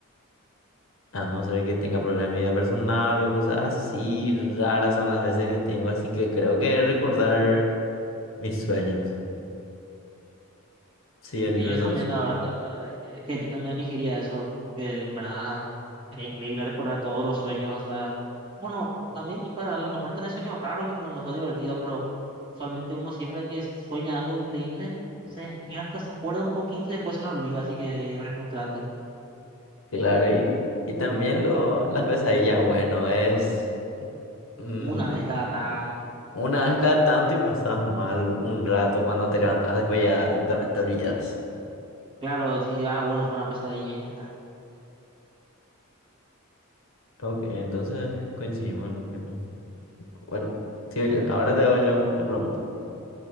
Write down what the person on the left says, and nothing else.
a no ser que tenga problemas de mi vida personal o cosas así, raras son las veces que tengo, así que creo que recordar mis sueños. Sí, elijo
esa
opción.
Claro, y, y también lo, las pesadillas, bueno, es mm,
una vez cada tanto y pasas mal un rato cuando te levantas, después ya también te olvidas.
Ok, entonces coincidimos en lo mismo. Bueno, sigo yo. Ahora te hago yo la pregunta.